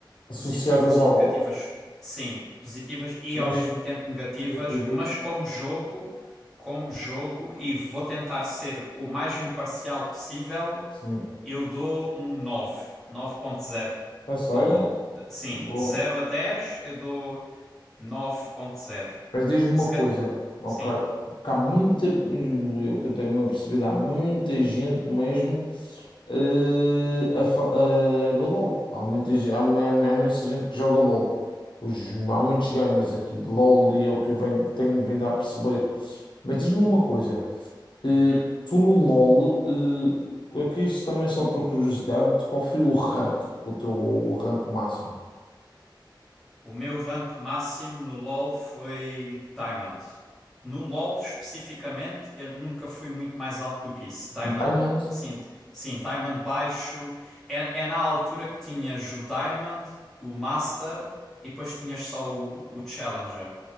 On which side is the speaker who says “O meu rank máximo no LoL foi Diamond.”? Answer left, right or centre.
Centre